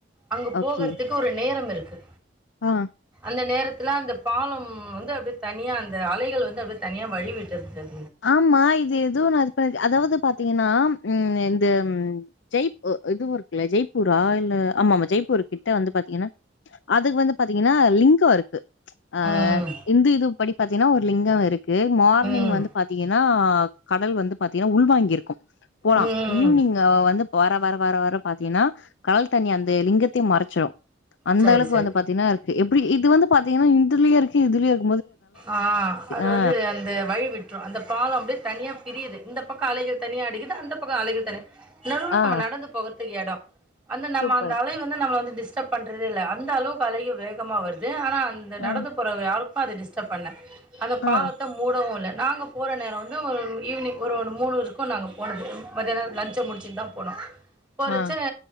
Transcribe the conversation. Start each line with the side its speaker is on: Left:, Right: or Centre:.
Centre: அங்க
Left: ஓகே.
Centre: போகற்துக்கு ஒரு நேரம் இருக் கு
Left: ஆ
Centre: அந்த நேரத்துல அந்த பாலம் வந்து அப்டியே தனியா அந்த அலைகள் வந்து அப்டியே தனியா வழிவிட்டுருந்தது
Left: ஆமா இது ஏதோ நா ப அதாவது பாத்திங்கனா ம் இந்த ஜெய்ப் இதுவு இருக்குல்ல ஜெய்ப்பூரா இல்ல ஆமாமா ஜெய்ப்பூர் கிட்ட வந்து பாத்திங்கனா அதுக்கு வந்து பாத்திங்கனா லிங்க இருக்கு ஆ
Centre: ம்.
Left: இந்து இது படி பாத்திங்னா ஒரு லிங்க இருக் கு மார்னிங்
Centre: ம்.
Left: வந்து னா கடல் வந்து பாத்திங்னா உள்வாங்கி இருக்கு போலா
Centre: ம்
Left: ஈவினிங் வந்து வர வர வர வர பாத்திங்கனா கடல் தண்ணி அந்த லிங்கத்தையு மறைச்சிரு அந்த
Centre: சரி
Left: அளவுக்
Centre: சரி
Left: வந்து பாத்திங்னா இருக் எப்படி இது வந்து பாத்திங்கனா இந்துலயு இருக்கு இதுலயு இருக்கு
Centre: ஆ அது
Left: ஆ.
Centre: வந்து அந்த வழி விட் ரு அந்த பால அப்படியே தனியா பிரியுது இந்தப்பக்க அலைகள் தனியா அடிக்குது அந்த பக்க அலைகள் தனியா நடுல
Left: ஆ
Centre: நம்ம நடந்து போக துக்கு எட அந்த நம்
Left: சூப்பர்.
Centre: அந்த அலை வந்து நம்மள வந்து டிஸ் டர்ப் பண்றதே இல்ல அந்த அளவுக்கு அலைகள் வேகமா வருது ஆ னா அந்த நடந்து
Left: ஆ
Centre: போற யாருக்கு அது டிஸ் டப் பண்ல அந்த பாலத்த
Left: ஆ
Centre: மூடவு இல்ல நாங்க போற நேர வந்து ஈவினிங் ஒரு ஒரு மூணு இருக்கு நாங்க போனது மதியான லன்ச்ச முடிச்சுட்டுதா போனோ போறச்ச
Left: ஆ